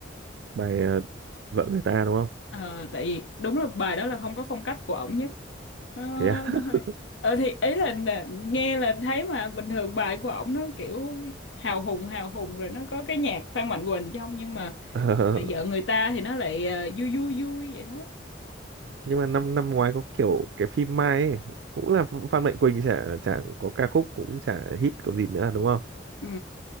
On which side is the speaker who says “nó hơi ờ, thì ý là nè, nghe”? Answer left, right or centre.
Left